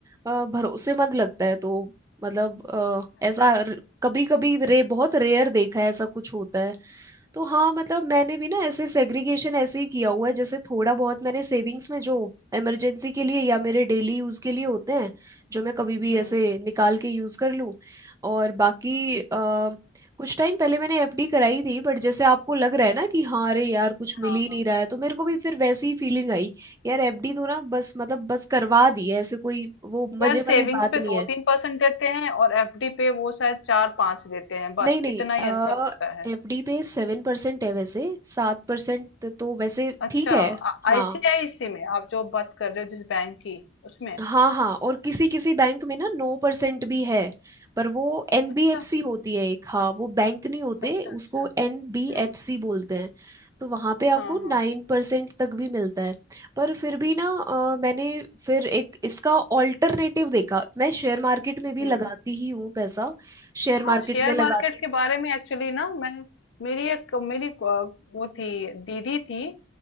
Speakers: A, on the right; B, on the left.
A: अ, भरोसेमंद लगता है तो मतलब अ,
B: अच्छा
A: ऐसा कभी कभी रे बहुत रेयर देखा है ऐसा कुछ होता है तो हाँ मतलब मैंने भी ना ऐसे सेग्रीगेशन ऐसे ही किया हुआ है जैसे थोड़ा बहुत मैंने सेविंग्स में जो इमरजेंसी के लिए या मेरे डेली यूज़ के लिए होते हैं जो मैं कभी भी
B: हम्म
A: ऐसे निकाल के यूज़ कर लूँ और बाकी अ, कुछ टाइम पहले मैंने एफडी कराई थी बट जैसे आपको लग रहा है ना कि हाँ अरे यार कुछ मिल
B: हाँ
A: ही नहीं
B: हाँ।
A: रहा है तो मेरे को भी फिर वैसी ही फीलिंग आई यार एफडी तो ना बस मतलब बस करवा दी है ऐसे कोई वो मजे
B: यार सेविंग्स
A: वाली बात
B: पे
A: नहीं
B: दो
A: है
B: तीन परसेंट देते हैं और एफडी पे वो शायद चार पांच देते हैं बस
A: नहीं नहीं
B: इतना ही
A: आ,
B: अंतर होता है
A: एफडी पे सेवन परसेंट है वैसे सात परसेंट तो वैसे
B: अच्छा
A: ठीक है हाँ
B: आईसीआईसी में आप जो बात कर रहे हो जिस बैंक की उसमें
A: हाँ हाँ और किसी किसी बैंक में ना नौ परसेंट भी है पर वो एनबीएफसी
B: अच्छा
A: होती है एक हाँ वो बैंक नहीं होते
B: अच्छा अच्छा
A: उसको एनबीएफसी
B: हम्म
A: बोलते हैं तो वहाँ पे आपको
B: हाँ हाँ
A: नाइन परसेंट तक भी मिलता है पर फिर भी ना अ, मैंने फिर एक इसका ऑल्टरनेटिव देखा मैं शेयर मार्केट में भी
B: हम्म
A: लगाती ही हूँ पैसा शेयर मार्केट
B: हाँ शेयर
A: में लगाती
B: मार्केट
A: हूँ
B: के बारे में एक्चुअली ना मैं मेरी एक मेरी को- वो थी दीदी थी